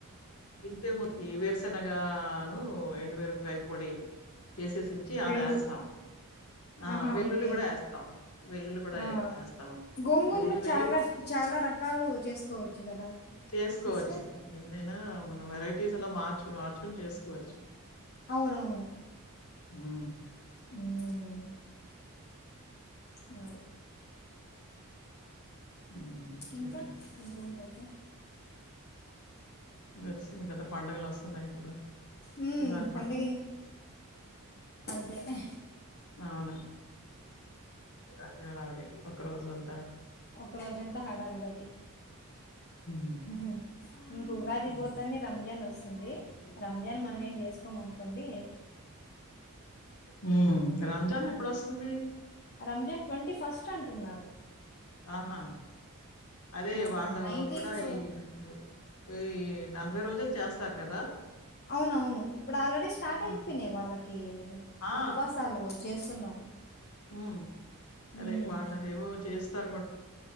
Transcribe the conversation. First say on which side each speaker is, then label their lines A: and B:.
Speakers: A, on the left; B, on the left.
A: ఇంతేమో ఈ వేరుశెనగా అను ఎండు మిరపకాయ పొడి చేసేసుంచి అది
B: రెండు
A: యాస్తాం ఆ
B: ఆహా
A: వెల్లుల్లి
B: ఓకే
A: కూడ యాస్తాం వెల్లులి కూడా
B: ఆ
A: యాస్తాం
B: గోంగూరులో
A: వెల్లులి వేయ్యెచ్చు
B: చాలా చాలా రకాలు చేసుకోవచ్చు కదా
A: చేసుకోవచ్చు
B: సిస్టర్
A: ఎన్ని అయిన ఆ మనం వెరైటీస్ ఎలా మార్చుకుని మార్చుకుని చేసుకోవచ్చు
B: అవును అవును
A: మ్
B: మ్ ఆ
A: హ్మ్. ఇంకేంటి?
B: ఇంకా ఇంకుంటయ్ దే
A: వచ్చింది కదా పండగలు వస్తున్నాయి ఇప్పుడు
B: మ్మ్
A: ఉగాది పండగ
B: పండుగ తే ఏ
A: భవును ళ నడవడి <inaudible> ఒక రోజున్
B: ఒక రోజంతా హడావిడ అది
A: హ్మ్.
B: ఉహుమ్ ఇంకో ఉగాది
A: హ్మ్.
B: పోతంది రంజాన్ వస్తు వుంది రంజాన్ మనం ఏం చేసుకోమ్ అనుకోండి
A: హమ్ రంజాన్ ఎప్పుడొస్తుంది
B: రంజాన్ ట్వంటీ ఫస్ట్ అంటున్నారు
A: ఆహా అదే
B: ఆ
A: వాళ్ళు
B: నైన్టీన్త్
A: కూడా ఈ కంట్లో ఈ నలభై రోజుల్ చేస్తారు కదా
B: అవును అవును ఇప్పుడు ఆల్రెడీ స్టార్ట్
A: ఆ!
B: అయిపోయినాయి వాళ్ళకి కే
A: ఆ!
B: ఉపవాసాలు చేస్తున్నారు
A: హమ్ అదే
B: ఉమ్
A: వాళ్ళదేవో చేస్తారు కూడా